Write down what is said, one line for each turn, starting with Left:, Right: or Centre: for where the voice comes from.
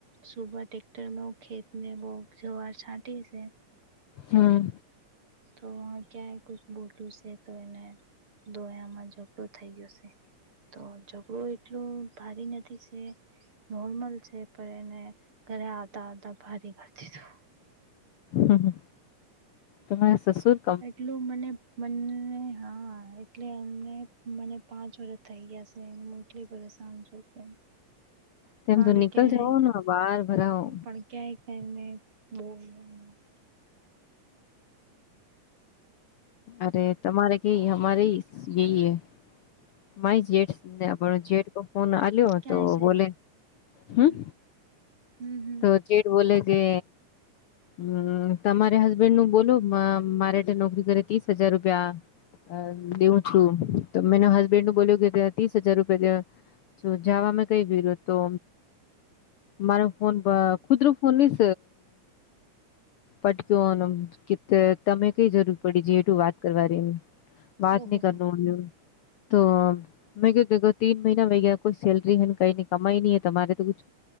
Right: સુબહ ટટેક્ટર ખેતને બોગ જવાર છાંટી છે.
Left: હમ્મ
Right: તો ક્યાંય ક બોલ્યું છે તો એને દોયામાં ઝઘડો થઈ ગયો છે. તો ઝઘડો એટલું ભારી નથી શે નોર્મલ છે પણ એને ઘરે આવતા આવતા ભારી કર દીધું- -
Left: હમ્મ તમાર સસુર- -
Right: એટલું મને મને હા એટલે અમને મને. પાંચ વર્ષ થઈ ગયા છે એનું. એટલી પરેશાન છુ કે
Left: તેમ
Right: પણ
Left: તો નિકલ
Right: ક્યાંય
Left: જાઓ ને બહાર ભરાઓ
Right: પણ- - ક્યાંક એમ ને બો- -
Left: અરે તમારે કે અમારે એય એ- - માય જેટને જેટ ફોન આ્યો
Right: ક્યાંય
Left: તો
Right: છે
Left: બોલે
Right: હમ
Left: હમ્મ
Right: હમ હમ.
Left: તો જેે બોલેગે. હમ તમારે હસબેન્ડ નું બોલો મારે હેઠે નોકરી કરે ત્રીસ હજાર રૂપિયા. અ દેઉં છું તો મેનો હસબેન્ડ નું બોલ્યો કે ત્યા ત્રીસ હજાર રૂપિયા દેવા. જો જવામાં કઈ વિ્યો તો. મારો ફોન ખુદરો ફોન નઈ. પટક કે તમે કઈ જરૂર પડી છે એટ વાત કરવાનીની. વાત
Right: ઓહો
Left: ની કર ની ઉ નું તો. મેં કો તીન મહિના વઇગા કોઈ સેલરી હ ને કઈ કમાઈ નહીં તમારે તો કુછ.